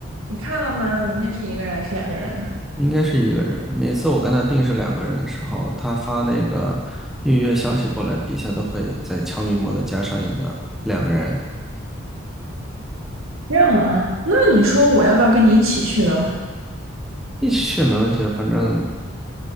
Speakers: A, on the right (about 80°); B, in the centre.
A: 你看了吗？明天是一个人还是两个人啊？
B: 应该是一个人。每次我跟他定是两个人的时候，他发那个预约消息过来，底下都会在悄咪末的加上一个两个人，
A: 这样啊，那你说我要不要跟你一起去呢？
B: 一起去没问题啊。反正，